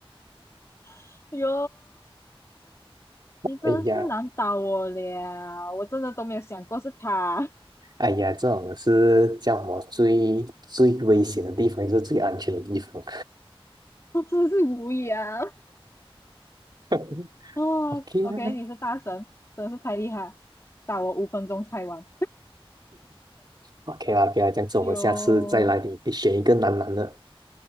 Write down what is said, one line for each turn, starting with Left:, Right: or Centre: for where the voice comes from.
Left: <laughs> 哟，你真的是难倒我了，
Right: 哎呀，
Left: 我真的都没有想过是他，
Right: 哎呀，这种是叫我最最危险的地方，也是最安全的地方。
Left: <laughs> 我真的是无语啊。
Right: <laughs>
Left: <laughs> 哦，OK，
Right: OK 啊
Left: 你是大神，真的是太厉害，找我五分钟猜完。
Right: ，OK，OK 啦，OK 啦，这样子我们下次再来你，
Left: 哎呦
Right: 你选一个难难的。